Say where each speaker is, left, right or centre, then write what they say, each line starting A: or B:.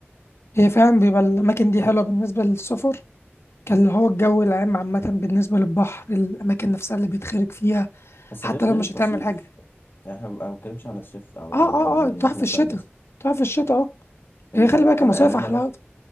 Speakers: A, on the left (about 70°); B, on the left (about 55°).
A: هي فعلا بيبقى الاماكن دي حلوه بالنسبه للسفر كان اللي هو الجو العام عامه بالنسبه للبحر الاماكن نفسها اللي بيتخرج فيها
B: بس
A: حتى
B: غير غير
A: لو مش
B: التصيف
A: هتعمل حاجه
B: يعني احنا ما بنتكلمش عن الصيف او
A: اه اه
B: عن عن ان
A: اه تروح
B: احنا
A: في الشتاء
B: نصيف بس
A: تروح في الشتاء اه
B: انت
A: هي خلي
B: انا
A: بالك المصايف
B: يعني انا
A: احلى
B: رحت